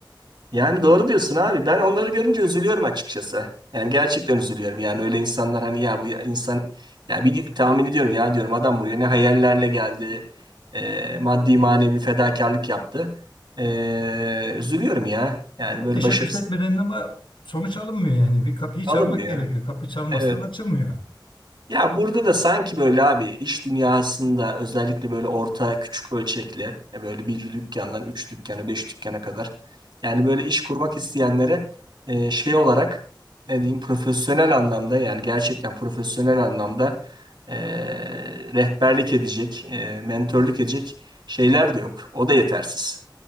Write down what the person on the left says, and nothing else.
Ya
Teşebbüs
etmeden ama sonuç alınmıyor yani. Bir kapıyı çalmak
gerekiyor. Kapı çalmazsan
açılmıyor.